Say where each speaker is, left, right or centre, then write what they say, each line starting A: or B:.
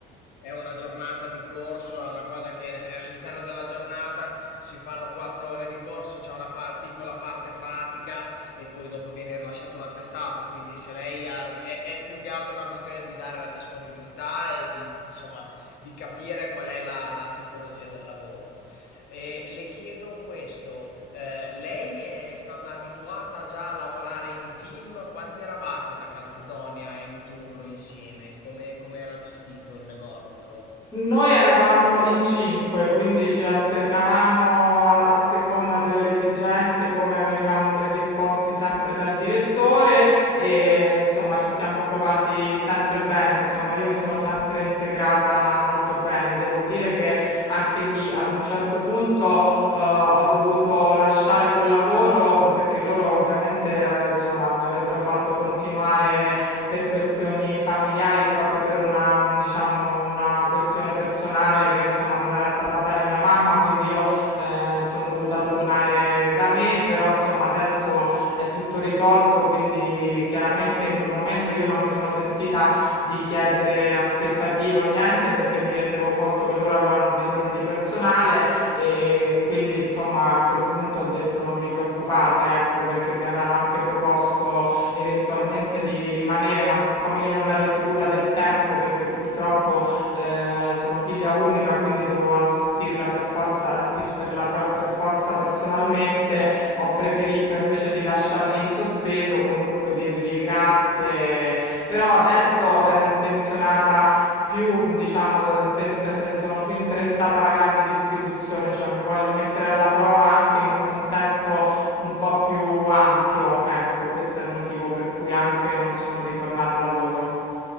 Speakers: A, on the left; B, on the left.
A: È una giornata di corso, è una cosa che eh, all'interno della giornata si fanno quattro ore di corso, c'è una par- piccola parte pratica e poi dopo viene rilasciato un attestato. Quindi se lei ha, è, è più che altro una questione di dare la disponibilità e di, di, insomma, di capire qual è la, la tipologia del lavoro. E le chiedo questo, eh, lei è stata abituata già a lavorare in team? Quanti eravate da Calzedonia in turno insieme? Come, come era gestito il negozio?
B: Noi eravamo in cinque, quindi ci alternavamo
A: Ok, mi
B: a, a seconda delle esigenze, come venivamo predisposti sempre dal direttore e insomma ci siamo trovati sempre bene, insomma io mi sono sempre integrata molto bene. Devo dire che anche lì ad un certo punto eh, ho dovuto lasciare quel lavoro perché loro ovviamente eh, insomma mi avrebbero fatto continuare per questioni familiari, proprio per una mhmm, diciamo, una questione personale che insomma non era stata bene mia mamma, quindi io, ehm, son dovuta tornare
A: spiace.
B: da me, però insomma adesso è tutto risolto, quindi chiaramente in quel momento io non mi sono sentita di chiedere aspettative o niente, perché mi rendevo conto che loro avevano bisogno di personale, e
A: Certo,
B: quindi insomma a quel punto ho detto: "Non vi preoccupate", ecco, perché mi avevano anche proposto eventualmente di rimanere, ma siccome io non ero sicura del tempo perché purtroppo eh, sono figlia unica, quindi dovevo assistirla per forza, assisterla
A: c'era solo
B: pro-
A: lei.
B: per forza personalmente, ho preferito invece di lasciarli in sospeso, comunque dirgli grazie. Però adesso ero intenzionata più, mh, diciamo, ero intenzio- eh, sono più interessata alla grande distribuzione, cioè mi voglio mettere alla prova anche
A: Perfetto.
B: in un contesto un po' più ampio, ecco, questo è il motivo per cui anche non sono ritornata da loro.